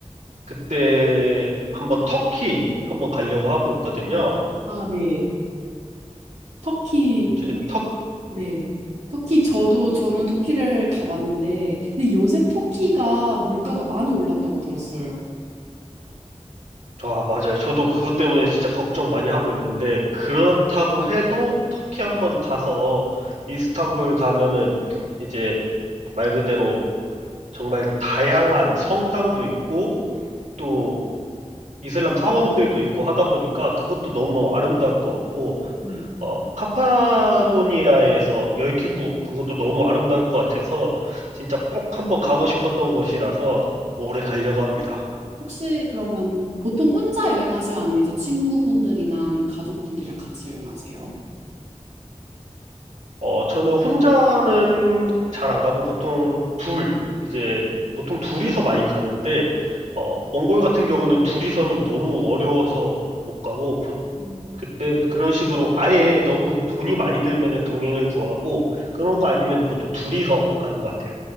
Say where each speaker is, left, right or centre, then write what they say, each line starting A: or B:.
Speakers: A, on the right; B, on the right.
A: 그때 한번 터키 한번 가려고 하고 있거든요.
B: 아, 네. 터키
A: 이제 터,
B: 네. 터키, 저도, 저는 터키를 가봤는데, 근데 요새 터키가 물가가 많이 올랐다고 들었어요.
A: 아, 맞아요. 저도 그것 때문에 진짜 걱정 많이 하고 있는데 그렇다고 해도 터키 한번 가서 이스탄불 가면은 이제 말 그대로 정말 다양한 성당도 있고 또 이슬람 사원들도 있고 하다 보니까 그것도 너무 아름다울 것 같고
B: 네.
A: 어, 카파도니아에서 열기구 그것도 너무 아름다울 것 같아서 진짜 꼭 한번 가고 싶었던 곳이라서 오래 가려고 합니다.
B: 혹시 그러면 보통 혼자 여행하세요? 아니면 이제 친구분들이나 아니면 가족분들이랑 같이 여행하세요?
A: 어, 저는 혼자는 잘 안 가고 보통 둘, 이제 보통 둘이서 많이 가는데 어, 몽골 같은 경우는 둘이서는 너무 어려워서 못 가고 보-
B: 음.
A: 그때 그런 식으로 아예 너무 돈이 많이 들면은 동행을 구하고 그런 거 아니면 보통 둘이서 가는 것 같아요.